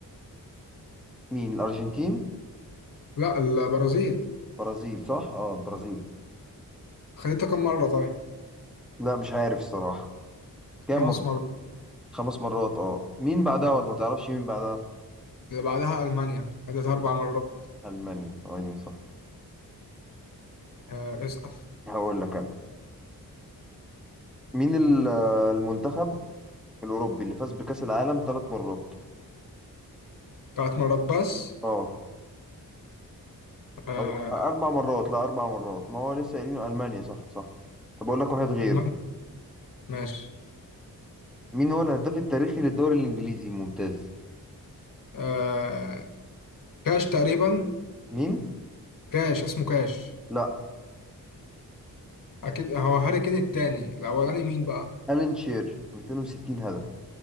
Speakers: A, in the centre; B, on the left.
A: مين الارجنتين
B: لا البرازيل
A: برازيل صح اه البرازيل
B: خدتها كم مرة طيب
A: لا مش عارف الصراحة كام
B: خمس
A: مرة
B: مرات
A: خمس مرات اه مين بعدها
B: آه.
A: ولا ما تعرفش مين بعدها
B: اللي بعدها المانيا خدتها
A: ألم-
B: اربع مرات
A: المانيا ايوه صح
B: آه اسأل
A: هقول لك انا مين ال- المنتخب الاوروبي اللي فاز بكأس العالم ثلاث مرات
B: ثلاث مرات بس
A: اه
B: آه
A: او اربع مرات لا اربع مرات ما هو لسه قايلين المانيا صح صح طب اقول لك واحد غيره
B: المانيا ماشي
A: مين هو الهداف التاريخي للدوري الانجليزي الممتاز
B: آه كاش تقريبا
A: مين
B: كاش اسمه كاش
A: لا
B: اكيد هو هاري كين التاني الاولاني
A: آه.
B: مين بقى
A: ألان شير 260 هدف